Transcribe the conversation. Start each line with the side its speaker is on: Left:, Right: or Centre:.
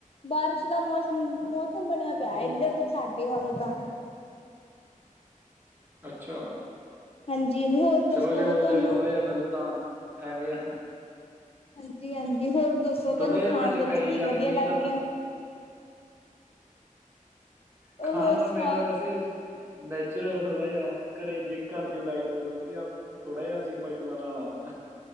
Left: ਬਾਰਿਸ਼ ਦਾ ਮੌਸਮ ਮੌਸਮ ਬਣਿਆ ਪਿਆ
Right: ਹੂੰ
Left: ਇੱਧਰ ਤੋਂ। ਸਾਡੇ ਵੱਲ ਤਾਂ।
Right: ਅੱਛਾ
Left: ਹਾਂਜੀ ਹੋਰ। ਦੱਸੋ
Right: ਚਲੋ ਜੇ ਹੋ
Left: ਤੁਹਾਨੂੰ
Right: ਜਾਏ ਥੋੜ੍ਹਾ ਜਾ ਫੇਿਰ ਤਾਂ ਐਵੇਂ ਆ।
Left: ਹਾਂਜੀ ਹਾਂਜੀ ਹੋਰ ਦੱਸੋ ਤੁਹਾਨੂੰ
Right: ਥੋੜਾ ਜਿਹਾ
Left: ਖਾਣ
Right: ਮੈਂ ਜੇ
Left: ਵਿੱਚ
Right: ਪੈ ਹੀ
Left: ਕੀ
Right: ਜਾਵੇ
Left: ਵਧੀਆ
Right: ਮੀਂਹ
Left: ਲੱਗਦੀਆਂ?
Right: ਤਾਂ ਖਾਣ
Left: ਹੋਰ
Right: ਦਾ ਮੈਂ ਤਾਂ
Left: ਸੁਣਾਓ
Right: ਵੈਸੇ ਨੈਚੁਰਲ ਥੋੜਾ ਜਿਹਾ ਘਰੇ ਜੇ ਘਰ ਦੀ ਉਹ ਡਾਇਟ ਹੋਵੇ ਕਿਉਂਕਿ ਆਪ ਥੋੜ੍ਹਾ ਜਿਹਾ ਸੀ ਪਸੂਆਂ ਨਾਲ।